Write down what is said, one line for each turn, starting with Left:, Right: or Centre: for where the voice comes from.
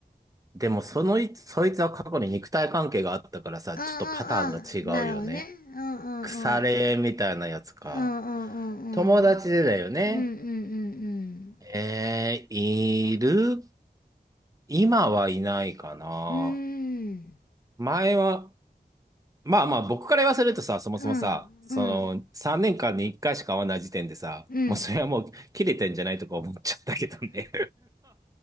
Right: でも、そのい、そいつは過去に肉体関係があったからさ、
Left: ああああ、
Right: ちょっとパターンが違うよね。
Left: なるほどね。うんうんうん。
Right: 腐れみたいなやつか。
Left: うんうんうんうん。
Right: 友達でだよね。
Left: うんうんうんうん。
Right: えー、いる今はいないかな。
Left: うーん。
Right: 前は、まあまあ、僕から言わせるとさ、そもそもさ、
Left: うんうん
Right: その、3年間に1回しか会わない時点でさ、
Left: うん。
Right: もうそれはもう切れてんじゃないとか思っちゃったけどね。